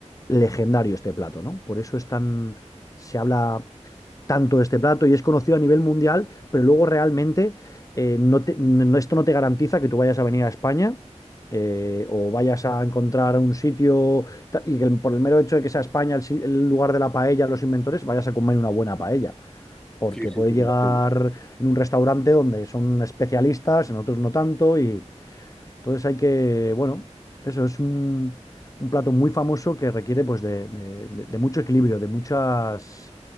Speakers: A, on the left (about 30°); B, in the centre.
A: legendario este plato, ¿no? Por eso es tan... se habla tanto de este plato y es conocido a nivel mundial, pero luego realmente eh, no te- no- esto no te garantiza que tú vayas a venir a España eh, o vayas a encontrar un sitio ta- y que por el mero hecho de que sea España el, si- el lugar de la paella, los inventores, vayas a comer una buena paella. Porque
B: Sí, sí,
A: puede
B: sí,
A: llegar
B: lo entiendo.
A: en un restaurante donde son especialistas, en otros no tanto, y entonces hay que, bueno, eso es un, un plato muy famoso que requiere pues de, de- de- de mucho equilibrio, de muchas